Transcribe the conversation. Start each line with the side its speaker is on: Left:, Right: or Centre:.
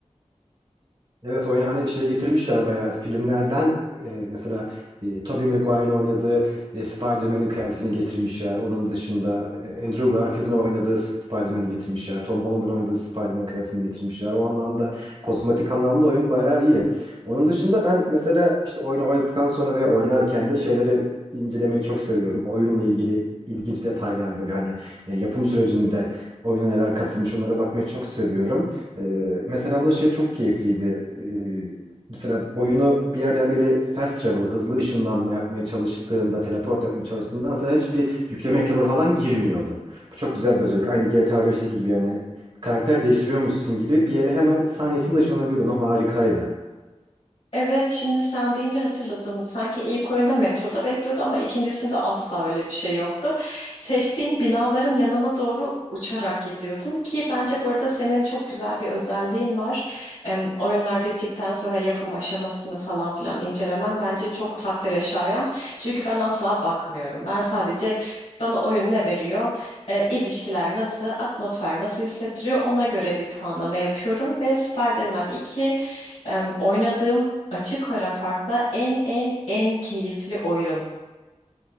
Right: Evet oyunu hani şey getirmişler bayağı filmlerden e, mesela e, Tobey Maguire'ın oynadığı e, Spider-Man'in kıyafetini getirmişler. Onun dışında e, Andrew Garfield'ın oynadığı Spider-Man'i getirmişler. Tom Holland'ın oynadığı Spider-Man'in kıyafetini getirmişler. O anlamda kozmetik anlamda oyun bayağı iyi. Onun dışında ben mesela işte oyunu oynadıktan sonra veya oynarken de şeyleri incelemeyi çok seviyorum. Oyunla ilgili ilginç detaylar böyle hani e, yapım sürecinde oyuna neler katılmış onlara bakmayı çok seviyorum. Ee, mesela bunda şey çok keyifliydi. Ee, mesela oyunu bir yerden biri fast travel, hızlı ışınlanma yapmaya çalıştığında, teleport yapmaya çalıştığında mesela hiçbir yükleme ekranı falan girmiyordu. Bu çok güzel bir özellik. Aynı GTA 5'teki gibi yani karakter değiştiriyormuşsun gibi bir yere hemen sahnesinde ışınlanabiliyordun. O harikaydı.
Left: Evet, şimdi sen deyince hatırladım. Sanki ilk oyunda metroda bekliyordu ama ikincisinde asla öyle bir şey yoktu. Seçtiğin binaların yanına doğru uçarak gidiyordun ki bence burada senin çok güzel bir özelliğin var. Em, oyunlar bittikten sonra yapım aşamasını falan filan incelemen bence çok takdire şayan. Çünkü ben asla bakmıyorum. Ben sadece bana oyun ne veriyor, e, ilişkiler nasıl, atmosfer nasıl hissettiriyor ona göre bir puanlama yapıyorum ve Spider-Man 2 em, oynadığım açık ara farkla en en en keyifli oyun.